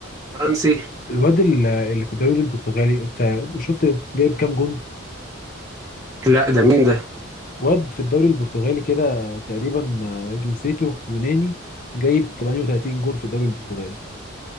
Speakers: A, on the right (about 15°); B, on the left (about 40°).
A: الفرنسي
B: الواد ال- اللي في الدوري البرتغالي انت شفت جايب كام جون
A: لا ده مين ده
B: واد في الدوري البرتغالي كده تقريبا آه، جنسيته يوناني جايب 38 جون في الدوري البرتغالي